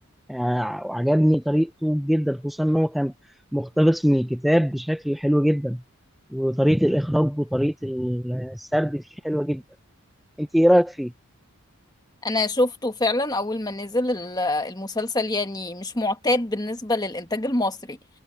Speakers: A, in the centre; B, on the left.
A: يعني وعجبني طريقته جدا خصوصا إن هو كان مقتبس من الكتاب بشكل حلو جدا وطريقة الإخراج وطريقة السرد فيه حلوة جدا أنت إيه رأيك فيه؟
B: انا شفته فعلا اول ما نزل ال- المسلسل يعني مش معتاد بالنسبة للانتاج المصري